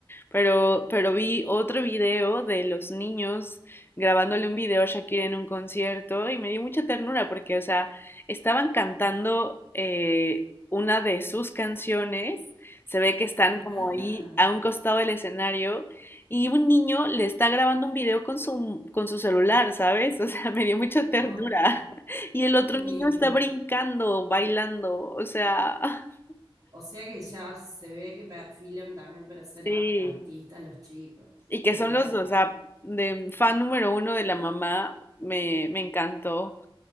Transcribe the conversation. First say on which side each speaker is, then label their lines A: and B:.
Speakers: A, on the left (about 25°); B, on the right (about 40°).
A: Pero, pero vi otro video de los niños grabándole un video a Shakira en un concierto y me dio mucha ternura porque, o sea, estaban cantando eh, una de sus canciones, se ve que están
B: Ajá,
A: como ahí a un costado del escenario y un niño le está grabando un video con su, con su celular, ¿sabes? O sea, <laughs> me dio mucha ternura.
B: oh,
A: <laughs> Y el otro
B: qué divino.
A: niño está brincando, bailando, o sea, <laughs>
B: O sea que ya se ve que perfilan también para ser
A: sí.
B: a- artistas los chicos,
A: Y que
B: y
A: son
B: claro.
A: los dos, o sea, de fan número uno de la mamá, me, me encantó.